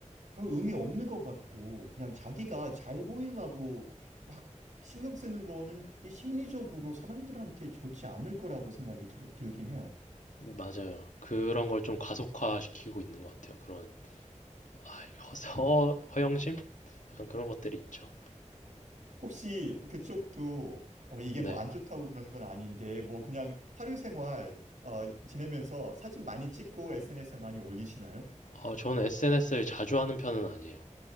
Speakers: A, on the right; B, on the left.
A: 별 의미 없는 것 같고 그냥 자기가 잘 보이려고 막 신경 쓰는 거는 그게 심리적으로 사람들한테 좋지 않을 거라고 생각이 들, 들긴 해요.
B: 맞아요. 그런 걸 좀 가속화시키고 있는 것 같아요. 그런 아, 허, 허- 허영심? 약간 그런 것들이 있죠.
A: 혹시 그쪽도 어, 이게
B: 네.
A: 뭐 안 좋다고 그런 건 아닌데 뭐 그냥 하루 생활 어, 지내면서 사진 많이 찍고 SNS에 많이 올리시나요?
B: 어, 저는 SNS를 자주 하는 편은 아니에요.